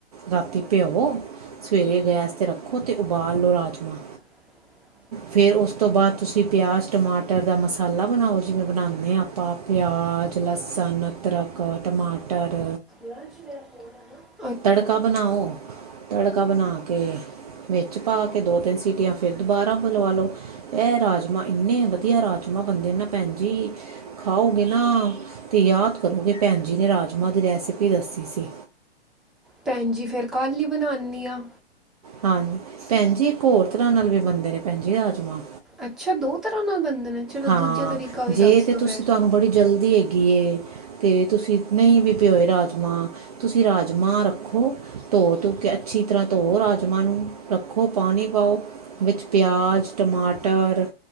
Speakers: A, on the right (about 40°); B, in the centre.
A: ਰਾਤੀ ਭਿਓਵੋ, ਸਵੇਰੇ ਗੈਸ ਤੇ ਰੱਖੋ 'ਤੇ ਉਬਾਲ ਲੋ ਰਾਜਮਾ।
B: <inaudible>
A: ਫੇਰ ਓਸ ਤੋਂ ਬਾਦ ਤੁਸੀਂ ਪਿਆਜ਼ ਟਮਾਟਰ ਦਾ ਮਸਾਲਾ ਬਨਾਓ ਜਿਵੇਂ ਬਨਾਂਨੇ ਆਂ ਪ ਪਿਆਜ, ਲਸਨ, ਅਦਰਕ, ਟਮਾਟਰ
B: ਵੱਜ ਰਿਹਾ ਫੋਨ, ਹੈ ਨਾ?
A: ਤੜਕਾ ਬਨਾਓ ਤੜਕਾ ਬਨਾ ਕੇ ਵਿੱਚ ਪਾ ਕੇ ਦੋ-ਤਿੰਨ ਸੀਟੀਆਂ ਫੇਰ ਦੁਬਾਰਾ ਬਲਵਾ ਲੋ। ਐ ਰਾਜਮਾ, ਇੰਨੇ ਵਧੀਆ ਰਾਜਮਾ ਬਨਦੇ ਨੇ ਨਾ ਭੈਣ ਜੀ ਖਾਓਗੇ ਨਾ, ਤੇ ਯਾਦ ਕਰੋਗੇ ਭੈਣ ਜੀ ਨੇ ਰਾਜਮਾਂ ਦੀ ਰੈਸਿਪੀ ਦੱਸੀ ਸੀ
B: ਭੈਣ ਜੀ ਫੇਰ ਕੱਲ ਈ ਬਨਾਨਿ ਆਂ।
A: ਹਾਂ, ਭੈਣ ਜੀ ਏਕ ਹੋਰ ਤਰ੍ਹਾਂ ਨਾਲ ਵੀ ਬਨਦੇ ਨੇ ਭੈਣ ਜੀ, ਰਾਜਮਾਂ।
B: ਅੱਛਾ, ਦੋ ਤਰ੍ਹਾਂ ਨਾਲ ਬਨਦੇ ਨੇ? ਚਲੋ
A: ਹਾਂ,
B: ਦੂਜਾ ਤਰੀਕਾ ਵੀ
A: ਜੇ
B: ਦੱਸ
A: ਤੇ
B: ਦਿਉ
A: ਤੁਸੀਂ
B: ਫਿਰ
A: ਤੁਹਾਨੂੰ ਬੜੀ ਜਲਦੀ ਹੈਗੀ ਏ ਤੇ ਤੁਸੀਂ ਨਈ ਵੀ ਭਿਓਏ ਰਾਜਮਾਂ ਤੁਸੀਂ ਰਾਜਮਾਂ ਰੱਖੋ, ਧੋ ਧੂ ਕੇ ਅੱਛੀ ਤਰ੍ਹਾਂ ਧੋਓ ਰਾਜਮਾਂ ਨੂੰ ਰੱਖੋ ਪਾਨੀ ਪਾਓ, ਵਿੱਚ ਪਿਆਜ, ਟਮਾਟਰ,